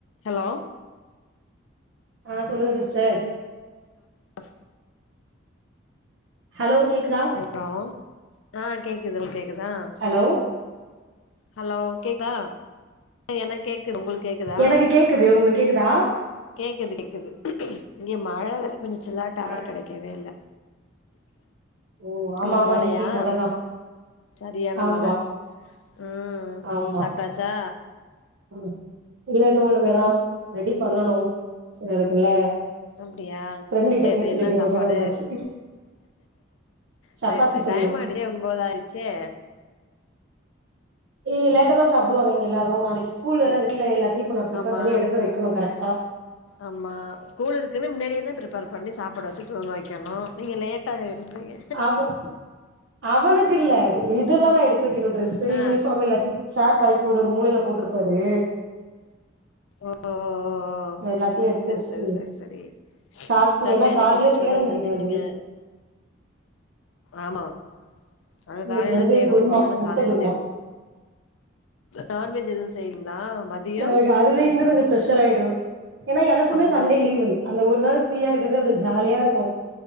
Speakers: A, on the left; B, on the right.
A: hello
B: ஆ சொல்லுங்க sister
A: ஆ
B: ஹலோ கேக்குதா
A: ஹலோ ஆ கேக்குது உங்குளுக் கேக்குதா
B: ஹலோ
A: ஹலோ கேக்குதா எனக்கு கேக்குது உங்குளுக்கு கேக்குதா
B: எனக்கு கேக்குது உங்குளுக்கு கேக்குதா
A: கேக்குது கேக்குது இங்க மழ வேர பேஞ்சுச்சுல டவர்
B: ஆ
A: கெடைக்கவே இல்ல
B: ஓ ஆமா
A: அங்க
B: ஆமா
A: மழையா
B: இங்கேயு மழதா
A: சரியான
B: ஆமா
A: மழ ம்
B: ஆமா
A: சாப்ட்டாச்சா
B: ம் இல்ல இன்னோ இனிமேதா ரெடி பண்ணணோ செரி அதுக்குள்ள
A: அப்டியா
B: ஃப்ரெண்டு கிட்ட
A: செரி
B: பேசிட்டு
A: என்ன
B: போயிருவோமேனு
A: சாப்பாடு
B: வந்தாச்சு சப்பாத்தி
A: செரி செரி
B: செய்யணு
A: டைம் ஆயிடிச்சே ஒம்போதாயிடுச்சே
B: இன்னிக்கி லேட்டா தா சாப்டுவாங்க எல்லாரோ நாளைக்கி ஸ்கூல்
A: சேரி
B: வேற இருக்குல்ல எல்லாத்தையு இப்ப நா பிரப்பர்
A: ஆமா
B: பண்ணி எடுத்து வைக்கணோ கரக்டா
A: ஆமா ஸ்கூல் இருக்குன்னு மின்னாடியேதா பிரப்பேர் பண்ணி சாப்புட வெச்சு தூங்க வெக்கணோ நீங்க லேட்டாகோ என்றீங்க
B: அவ அவனுக்கு இல்ல இதுல்லா நா எடுத்து வெக்கணோ டிரெஸு
A: ஆ
B: யூனிஃபார்ம் எல்லாத்தையு சார் கழட்டி ஒரு ஒரு மூளையில போட்ருப்பாரு
A: ஓ ஓ ஓ ஓ ஓ ஓ ஓ
B: எல்லாத்தையு எடுத்து
A: செரி
B: வச்சுட்டு
A: செரி செரி செரி
B: சாக்ஸ்
A: சண்டே
B: ஏன்னா
A: இன்னைக்கு
B: காலையில
A: என்ன ஸ்பெஷல்
B: தேட முடியாது
A: செஞ்ச்சீங்க ஆமா நாங்க
B: இன்னைக்கு
A: காலைல
B: வந்து
A: தேடுவோ
B: குருமா
A: எம் பொண்ணல
B: முட்ட
A: காலைல்லாம்
B: குருமா
A: தேடுவோ நான்வெஜ் எதுவும் செய்யிங்களா மதியம்
B: எங்களுக்கு அதுவே இன்னும் கொஞ்சம் பிரெஷர் ஆயிடும் ஏன்னா எனக்குமே
A: ஆமா
B: சண்டே லீவு அந்த ஒரு நாள் ஃப்ரீயா இருக்குறது அவ்ளோ ஜாலியா இருக்கும்